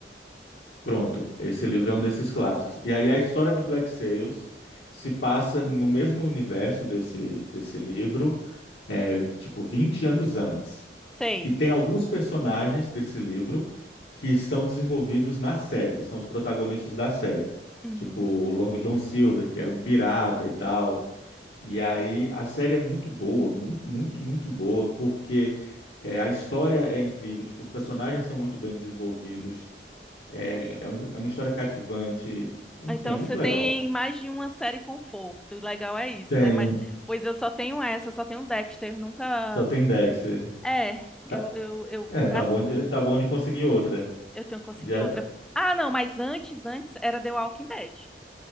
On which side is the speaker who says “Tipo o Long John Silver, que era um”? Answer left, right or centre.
Left